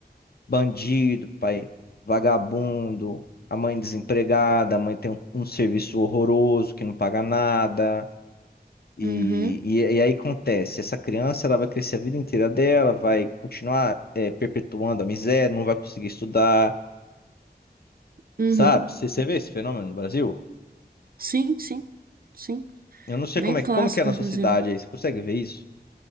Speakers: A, on the left; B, on the right.
A: bandido, pai vagabundo, a mãe desempregada, a mãe tem um, um serviço horroroso que não paga nada. E,
B: Uhum,
A: e, e aí acontece, essa criança ela vai crescer a vida inteira dela, vai continuar eh, perpetuando a miséria, não vai conseguir estudar,
B: uhum.
A: sabe? Você você vê esse fenômeno no Brasil?
B: Sim, sim, sim.
A: Eu não sei
B: Bem
A: como
B: clássico,
A: é, como que é na
B: inclusive.
A: sua cidade aí, você consegue ver isso?